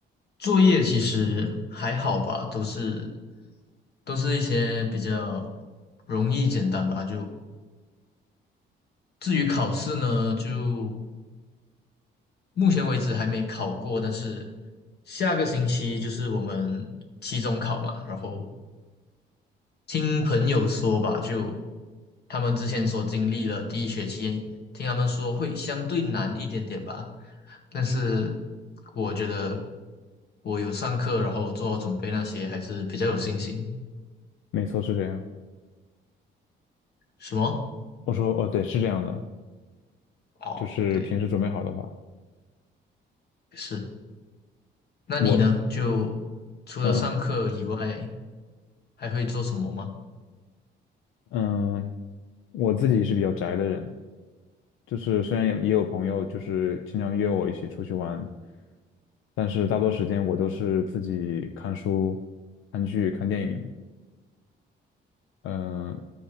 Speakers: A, on the left (about 55°); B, on the left (about 80°).
A: 作业其实还好吧，都是都是一些比较容易简单吧。就至于考试呢，就目前为止还没考过，但是下个星期就是我们期中考嘛，然后听朋友说吧，就他们之前所经历了第一学期，听他们说会相对难一点点吧，但是我觉得我有上课，然后做好准备那些，还是比较有信心。
B: 没错，是这样。
A: 什么？
B: 我说，哦，对，是这样的，
A: 哦，
B: 就是平时准备好的话，
A: 对，是。那你呢？
B: 我，
A: 就除了上课以外，
B: 嗯
A: 还会做什么吗？
B: 嗯，我自己是比较宅的人，就是虽然有也有朋友就是经常约我一起出去玩，但是大多时间我都是自己看书、看剧、看电影，嗯，